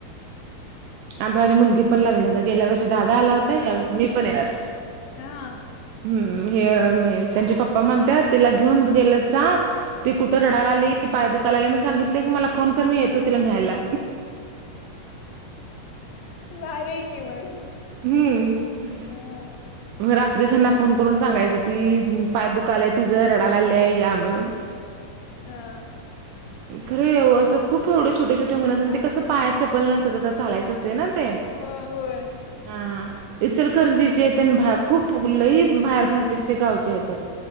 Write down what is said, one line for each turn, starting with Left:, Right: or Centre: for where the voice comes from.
Right: आता माझी मुलगी पण लागली होता गेल्या वर्षी दादा आला होता या वर्षी मी पण येणार
Left: हा
Right: हम्म हे त्यांचे पप्पा म्हणत तिला घेऊन गेलं ती कुठं रढाय आली पाय दुकालाला मी सांगितले की मला फोन कर मीेतो तिला न्यायला
Left: बाारयची मग
Right: हम्म
Left: हा
Right: म रात्री त्यांना फोन करून सांगायचं ती पाया दुखालाय ति जं रडा ला आली आहे या म्हणून
Left: हा
Right: खरं ये असं खूप एवढं छोटे छोटे मुला आणि ते कसं पायात चपल नसंसं चालायचं ते ना ते
Left: होय होय
Right: हा इचलकरजीचे त्यां खूप लही बाहेर फारज गावच्या येतात